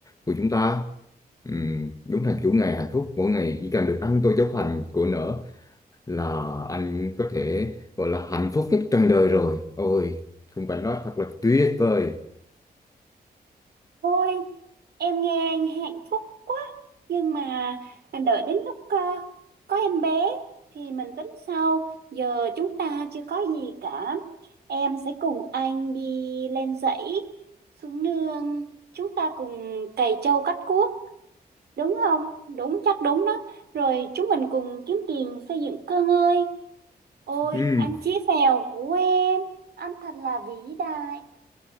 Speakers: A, on the left; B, on the right.
A: của chúng ta Ừm, đúng là chủ ngày hạnh phúc mỗi ngày chỉ cần được ăn tô cháo hành của nở là anh có thể gọi là hạnh phúc nhất trần đời rồi ôi khung cảnh đó thật là tuyệt vời
B: Ôi, em nghe anh hạnh phúc quá. Nhưng mà đợi đến lúc ờ, có em bé thì mình tính sau. Giờ chúng ta chưa có gì cả. Em sẽ cùng anh đi lên dãy, xuống nương. Chúng ta cùng cày trâu cắt cuốc. Đúng không? Đúng, chắc đúng đó. Rồi chúng mình cùng kiếm tiền xây dựng cơ ngơi. Ôi,
A: Ừm,
B: anh chí phèo của em. Anh thật là vĩ đại.